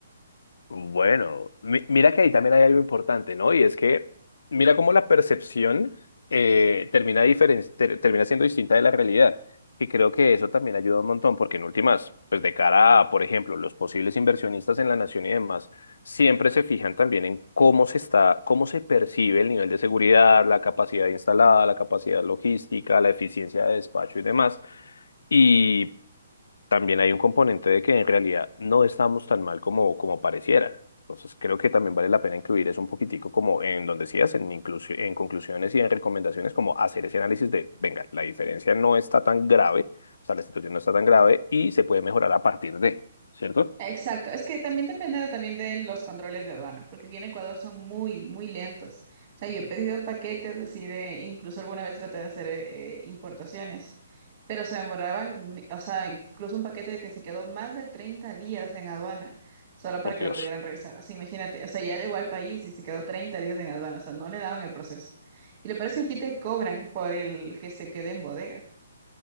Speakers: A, on the left; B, on the right.
A: Bueno, mi- mira que ahí también hay algo importante, ¿no? Y es que mira cómo la percepción eh, termina, diferen- ter- termina siendo distinta de la realidad. Y creo que eso también ayuda un montón, porque en últimas, pues de cara a, por ejemplo, los posibles inversionistas en la nación y demás, siempre se fijan también en cómo se está, cómo se percibe el nivel de seguridad, la capacidad instalada, la capacidad logística, la eficiencia de despacho y demás. Y también hay un componente de que en realidad no estamos tan mal como, como pareciera. Entonces creo que también vale la pena incluir eso un poquitico como en donde decías, en, inclusi- en conclusiones y en recomendaciones, como hacer ese análisis de, venga, la diferencia no está tan grave, o sea, la situación no está tan grave y se puede mejorar a partir de, ¿cierto?
B: Exacto, es que también depende de- también de los controles de aduana, porque aquí en Ecuador son muy, muy lentos. O sea, yo he pedido paquetes así de, incluso alguna vez traté de hacer eh, importaciones, pero se demoraban, mi- o sea, incluso un paquete que se quedó más de 30 días en aduana, solo para
A: Por
B: que
A: Dios.
B: lo pudieran revisar. Así, imagínate, o sea, ya llegó al país y se quedó 30 días en aduana, o sea, no le daban el proceso. Y lo peor es que aquí te cobran por el que se quede en bodega.